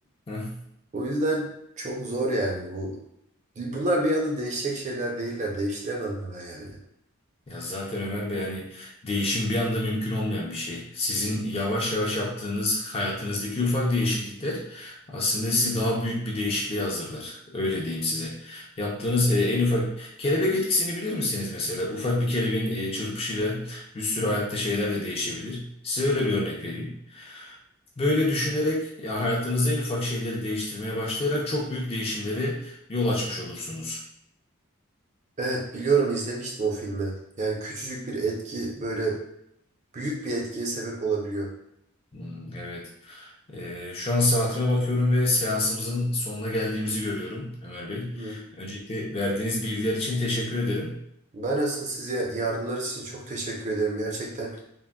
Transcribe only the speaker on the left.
<laughs>
Ya zaten Ömer Bey hani değişim bir anda mümkün olmayan bir şey. Sizin yavaş yavaş yaptığınız hayatınızdaki ufak değişiklikler aslında sizi daha büyük bir değişikliğe hazırlar. Öyle diyeyim size. Yaptığınız e, en ufak kelebek etkisini bilir misiniz mesela? Ufak bir kelebeğin e, çırpışıyla bir sürü hayatta şeyler de değişebilir. Size öyle bir örnek vereyim. Böyle düşünerek ya hayatınızda en ufak şeyleri değiştirmeye başlayarak çok büyük değişimlere yol açmış olursunuz.
Hmm, evet. Ee, şu an saatime bakıyorum ve seansımızın sonuna geldiğimizi görüyorum Ömer Bey.
Öncelikle verdiğiniz bilgiler için teşekkür ederim.